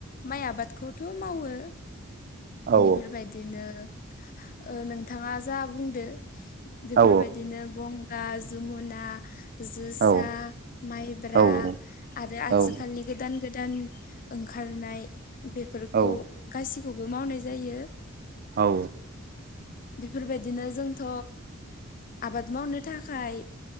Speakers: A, on the left; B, on the right.
A: माइ आबादखौथ' मावो
B: औ
A: बेफोरबायदिनो ओ नोंथाङा जा बुंदो बेफोरबायदिनो
B: औ
A: गंगा जमुना जोसा
B: औ
A: माइब्रा
B: औ
A: आरो आथिखालनि
B: औ
A: गोदान गोदान ओंखारनाय बेफोरखौ
B: औ
A: गासिखौबो मावनाय जायो
B: औ
A: बेफोरबायदिनो जोंथ' आबाद मावनो थाखाय